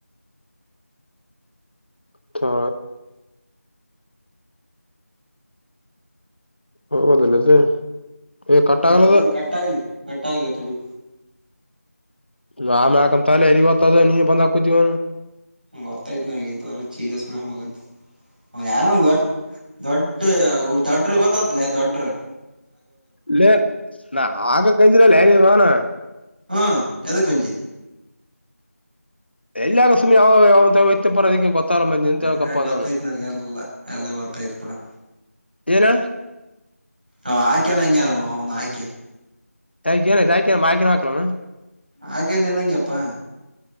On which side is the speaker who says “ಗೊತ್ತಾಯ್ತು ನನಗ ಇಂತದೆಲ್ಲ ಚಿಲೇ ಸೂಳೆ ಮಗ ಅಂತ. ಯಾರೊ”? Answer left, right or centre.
Right